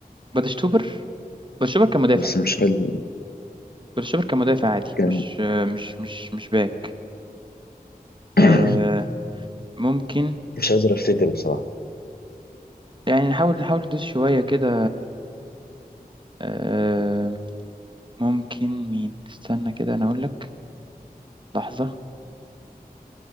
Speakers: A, on the right (about 30°); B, on the left (about 80°).
A: بادشتوبر بادشتوبر كان مدافع
B: بس مش فاكر
A: بادشتوبر كان مدافع عادي
B: كان
A: مش آه، مش مش مش باك
B: <coughs>
A: آه،
B: <clears throat>
A: ممكن
B: مش قادر افتكر بصراحة
A: يعني نحاول نحاول ندوس شوية كده آه، ممكن مين استنى كده أنا أقول لك لحظة